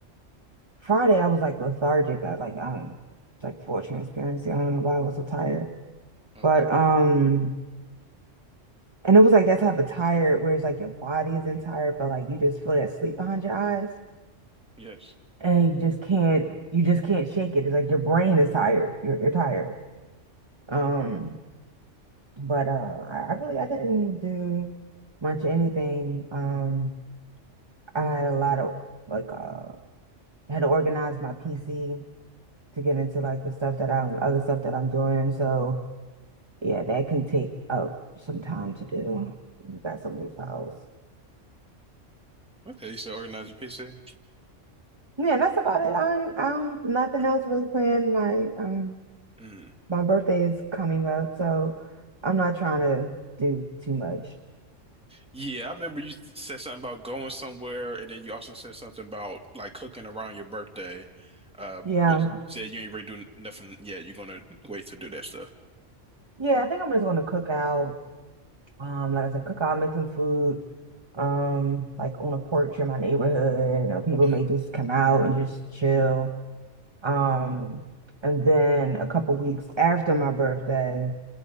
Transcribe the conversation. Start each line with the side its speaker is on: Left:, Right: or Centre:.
Right: Friday I was like lethargic. I like um like full transparency. I don't know why I was so tired.
Centre: Uh,
Right: But um and it was like that type of tired where it's like your body isn't tired, but like you just feel that sleep behind your eyes
Centre: yes.
Right: and you just can't you just can't shake it. It's like your brain is tired. You're you're tired. Um,
Centre: Mm-hmm.
Right: but uh I, I really I didn't do much of anything. Um I had a lot of like uh I had to organize my PC to get into like the stuff that I'm other stuff that I'm doing. So yeah, that can take up some time to do. You got so many files.
Centre: Okay, you said organize your PC.
Right: Yeah, that's about it. I ain't- I don't nothing
Centre: Okay.
Right: else really planned. My um
Centre: Mm.
Right: my birthday is coming up, so I'm not trying to do too much.
Centre: Yeah, I remember you said something about going somewhere, and then you also said something about like cooking around your birthday. Uh,
Right: Yeah.
Centre: but you said you ain't really doing nothing yet. You're gonna wait to do that stuff.
Right: Yeah, I think I'm just gonna cook out Um, like I said, cook out, make some food. Um, like on a porch in my neighborhood, you know, people
Centre: hmm
Right: may just come out and just chill. Um, and then a couple weeks after my birthday,